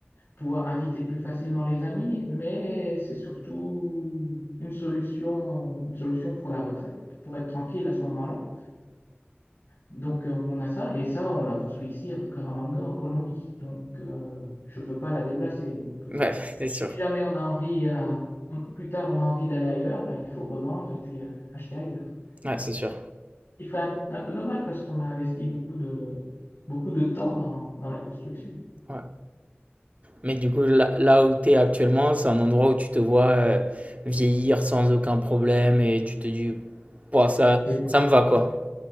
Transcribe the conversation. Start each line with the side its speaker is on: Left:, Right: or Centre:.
Left: pouvoir inviter plus facilement les amis, mais c'est surtout une solution, une solution pour la retraite, pour être tranquille à ce moment-là. Donc euh, on a ça, et ça, on l'a construit ici à Bucaramanga, en Colombie. Donc euh, je ne peux pas la déplacer. Donc euh,
Right: Ouais, <laughs> c'est sûr.
Left: si jamais on a envie, euh, on- plus tard on a envie d'aller ailleurs, bah, il faut revendre et puis euh, acheter ailleurs.
Right: Ouais, c'est sûr.
Left: Ce qui ferait un, un peu dommage parce qu'on a investi beaucoup de, beaucoup de temps dans, dans la construction.
Right: Ouais. Mais du coup, là, là où tu es actuellement, c'est un endroit où tu te vois euh, vieillir sans aucun problème et tu te dis Pouah, ça,
Left: Oui.
Right: ça me va quoi.